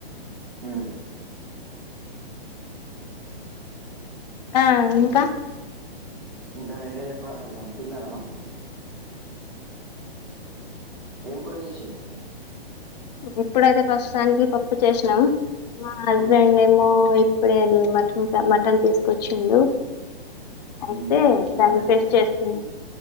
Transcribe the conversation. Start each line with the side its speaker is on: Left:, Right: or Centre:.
Centre: ఉమ్
Left: ఆ ఇంకా.
Centre: ఇంకా మీరే చెప్పాలా మేడం తిన్నారా మరి. ఏం కూర చేసిర్రు.
Left: ఇప్పుడైతే ప్రస్తుతానికి పప్పు చేసినా. మా హస్బెండ్
Centre: ఉమ్
Left: ఏమో ఇప్పుడే అది మటన్ మటన్ తీసుకొచ్చిండు. అయితే
Centre: ఉమ్
Left: దాన్ని
Centre: మటన్
Left: ఫేస్
Centre: చేస్తారా
Left: చేస్తున్నా